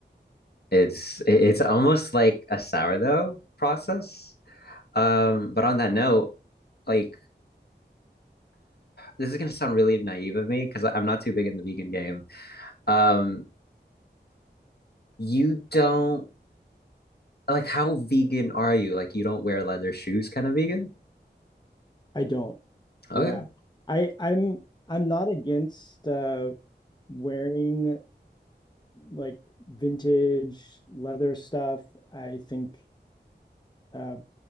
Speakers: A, on the left; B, on the left.
A: It's it's almost like a sourdough process. Um, but on that note, like this is gonna sound really naive of me because I'm not too big in the vegan game. Um, you don't like how vegan are you? Like you don't wear leather shoes, kind of vegan?
B: I don't.
A: Okay.
B: Yeah. I I'm I'm not against uh wearing like vintage leather stuff. I think uh